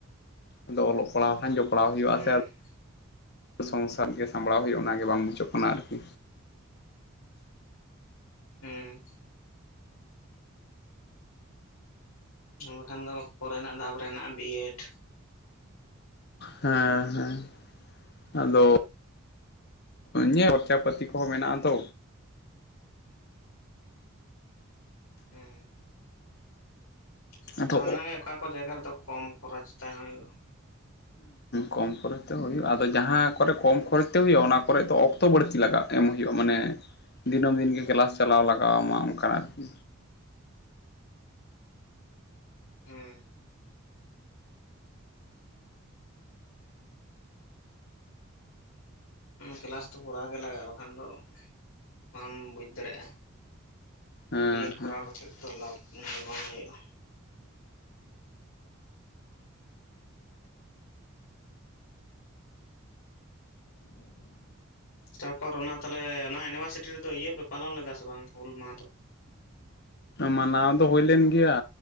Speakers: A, on the left (about 50°); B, on the left (about 85°).
A: ᱟᱫᱚ ᱚᱞᱚᱜ ᱯᱟᱲᱦᱟᱣ ᱠᱷᱟᱱ ᱡᱚᱯᱲᱟᱣ ᱦᱩᱭᱩᱜ-ᱟ
B: ᱦᱩᱸ
A: ᱥᱮ ᱥᱚᱝᱥᱟᱨ ᱜᱮ ᱥᱟᱢᱵᱲᱟᱣ ᱦᱩᱭᱩᱜ-ᱟ ᱚᱱᱟᱜ ᱜᱮ ᱵᱟᱝ ᱵᱩᱡᱷᱟᱹᱜ ᱠᱟᱱᱟ ᱟᱨᱠᱤ
B: ᱦᱩᱸ ᱢᱮᱱ ᱵᱟᱠᱷᱟᱱ ᱫᱚ ᱯᱚᱨᱮᱱᱟᱜ ᱫᱷᱟᱯ ᱨᱮ ᱦᱮᱱᱟᱜᱼᱴ-ᱟ ᱵᱤᱭᱮᱰ
A: ᱦᱮᱸ ᱦᱮᱸ ᱟᱫᱚ ᱤᱭᱟᱹ ᱠᱷᱚᱨᱪᱟ ᱯᱟᱹᱛᱤ ᱠᱚᱦᱚᱸ ᱢᱮᱱᱟᱜ-ᱟ ᱟᱛᱚ
B: ᱦᱩᱸ ᱠᱷᱚᱨᱪᱟ
A: ᱟᱫᱚ
B: ᱢᱮᱱᱟᱜ ᱜᱮ ᱚᱠᱟ ᱠᱚ ᱡᱟᱭᱜᱟ ᱨᱮᱫᱚ ᱠᱚᱢ ᱠᱷᱚᱨᱚᱪ ᱛᱮᱦᱚᱸ ᱦᱩᱭᱩᱜ-ᱟ
A: ᱠᱚᱢ ᱠᱷᱚᱨᱚᱪ ᱛᱮ ᱦᱩᱭᱩᱜ-ᱟ ᱟᱫᱚ ᱡᱟᱦᱟᱸ ᱠᱚᱨᱮ ᱠᱚᱢ ᱠᱷᱚᱨᱚᱪ ᱛᱮ ᱦᱩᱭᱩᱜ-ᱟ ᱚᱱᱟ ᱠᱚᱨᱮ ᱫᱚ ᱚᱠᱛᱚ ᱚᱠᱛᱚ ᱵᱟᱹᱲᱛᱤ ᱞᱟᱜᱟᱜ ᱮᱢ ᱦᱩᱭᱩᱜ-ᱟ ᱢᱟᱱᱮ ᱫᱤᱱᱟᱹᱢ ᱫᱤᱱᱜᱮ ᱠᱮᱞᱟᱥ ᱪᱟᱞᱟᱣ ᱞᱟᱜᱟᱣ ᱟᱢᱟ ᱚᱱᱠᱟᱱᱟᱜ ᱟᱨᱠᱤ
B: ᱦᱩᱸ ᱠᱮᱞᱟᱥ ᱫᱚ ᱠᱚᱨᱟ ᱜᱮ ᱞᱟᱜᱟᱜ-ᱟ ᱵᱟᱠᱷᱟᱱ ᱫᱚ ᱵᱟᱢ ᱵᱩᱡ ᱫᱟᱲᱮᱭᱟᱜ-ᱟ
A: ᱦᱮᱸ
B: ᱵᱤᱭᱮᱰ ᱠᱚᱨᱟᱣ
A: ᱦᱮᱸ
B: ᱠᱟᱛᱮ ᱫᱚ ᱞᱟᱵᱷ ᱫᱚ ᱵᱟᱝ ᱦᱩᱭᱩᱜ-ᱟ ᱛᱟᱯᱚᱨ ᱚᱱᱟ ᱛᱟᱦᱚᱞᱮ ᱚᱱᱟ ᱤᱭᱩᱱᱤᱵᱷᱟᱨᱥᱤᱴᱤ ᱨᱮᱫᱚ ᱤᱭᱟᱹ ᱯᱮ ᱯᱟᱞᱚᱱ ᱞᱮᱫᱟ ᱥᱮ ᱵᱟᱝ ᱦᱩᱞ ᱢᱟᱦᱟ ᱫᱚ
A: ᱢᱟᱱᱟᱣ ᱫᱚ ᱦᱩᱭ ᱞᱮᱱ ᱜᱮᱭᱟ